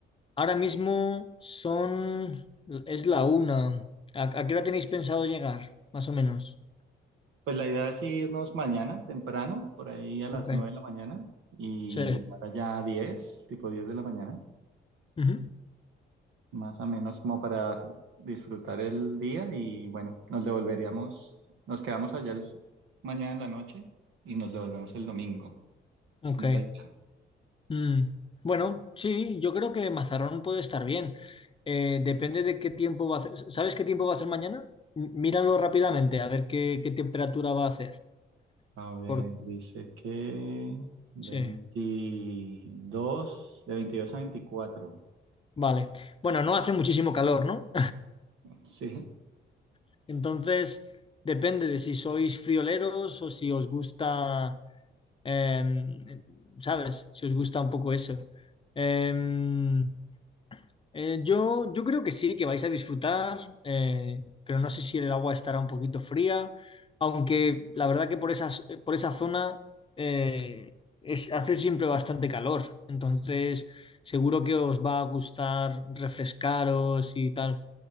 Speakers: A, on the left; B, on the right.
A: ahora mismo son, es la una. ¿A, a qué hora tenéis pensado llegar, más o menos?
B: Pues la idea es irnos mañana temprano, por ahí a las
A: Ok,
B: 9 de la mañana y
A: sí.
B: llegar allá a 10, tipo 10 de la mañana,
A: Ujú.
B: más o menos como para disfrutar el día y bueno, nos devolveríamos, nos quedamos allá el- mañana en la noche y nos devolvemos el domingo. Es
A: Ok.
B: como la idea.
A: Mm, Bueno, sí, yo creo que Mazarrón puede estar bien. Eh, depende de qué tiempo va a hacer. ¿Sabes qué tiempo va a hacer mañana? M- Míralo rápidamente a ver qué, qué temperatura va a hacer.
B: A ver,
A: Por...
B: dice que veintidós,
A: Sí,
B: de 22 a 24.
A: vale. Bueno, no hace muchísimo calor, ¿no?
B: Sí,
A: <laughs> Entonces, depende de si sois frioleros o si os gusta, em, ¿sabes? Si os gusta un poco eso. Em, Eh, yo, yo creo que sí, que vais a disfrutar, eh, pero no sé si el agua estará un poquito fría, aunque la verdad que por esas, eh, por esa zona eh, es, hace siempre bastante calor, entonces seguro que os va a gustar refrescaros y tal,